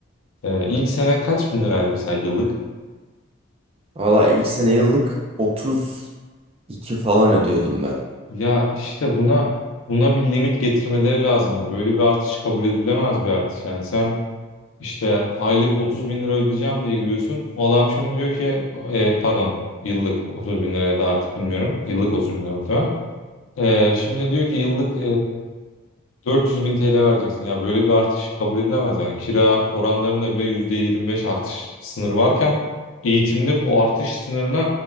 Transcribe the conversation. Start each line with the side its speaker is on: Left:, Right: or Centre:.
Left: e, ilk sene kaç bin liraydı mesela yıllık?
Right: Valla ilk sene yıllık 32 falan ödüyordum ben.
Left: Ya işte buna buna bir limit getirmeleri lazımdı. Böyle bir artış kabul edilemez bir artış. Yani sen işte aylık 30 bin lira ödeyeceğim diye giriyorsun. O adam şimdi diyor ki, e, pardon yıllık 30 bin liraya da artık bilmiyorum. Yıllık 30 bin lira muhtemelen. E, şimdi diyor ki yıllık 400 bin TL vereceksin ya böyle bir artış kabul edilemez yani kira oranlarında bile %25 artış sınırı varken eğitimde bu artış sınırına